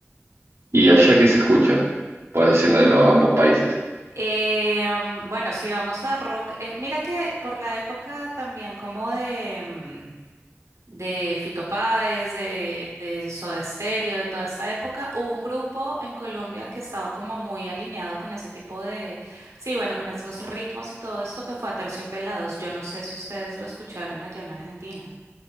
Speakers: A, on the right; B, on the right.
A: ¿Y allá que se escucha? Puedes decirme de los ambos países.
B: Eh, mm, bueno, si vamos a rock, eh, mira que por la época también como de, mm, de Fito Páez, de, de Soda Stereo, de toda esta época, hubo un grupo en Colombia que estaba como muy alineado con ese tipo de, sí, bueno, con esos ritmos y todo esto que fue Aterciopelados. Yo no sé si ustedes lo escucharon allá en Argentina.